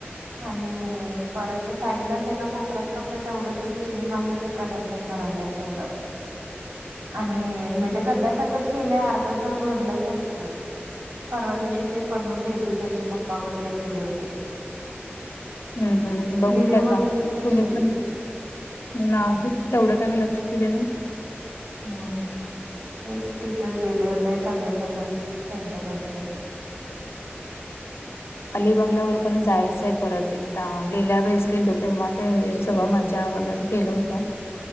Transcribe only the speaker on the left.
हूं हूं बघू
क
आता तुम्ही
पण
नाही तेवढं काय मी लक्ष दिले नही.
अलिबागलावर पण जायचंय परत एकदा गेल्या वेळेस गेल होते नां ते सगळं मजा बघत. गेलं होतं.